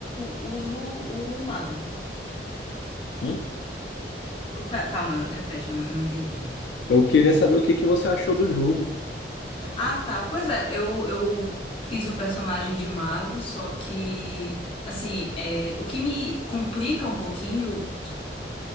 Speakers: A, on the left; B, on the left.
A: uso o mago.
B: Hum?
A: Ca- Calma, repete, eu não eu não entendi direito.
B: Eu queria saber o que que você achou do jogo.
A: Ah, tá. Pois é, eu, eu fiz o personagem de mago, só que, assim, é, o que me complica um pouquinho